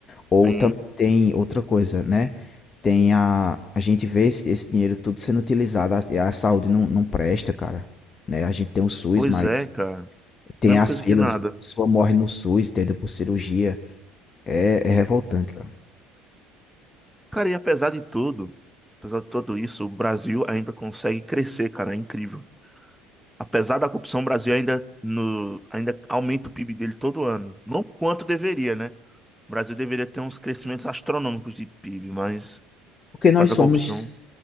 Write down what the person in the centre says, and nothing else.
sim.
Pois
é, cara.
Mesma
coisa
que nada.
Cara, e apesar de tudo, apesar de tudo isso, o Brasil ainda consegue crescer, cara. É incrível. Apesar da corrupção, o Brasil ainda, no, ainda aumenta o PIB dele todo ano. Não quanto deveria, né? O Brasil deveria ter uns crescimentos astronômicos de PIB, mas
por
causa
da corrupção.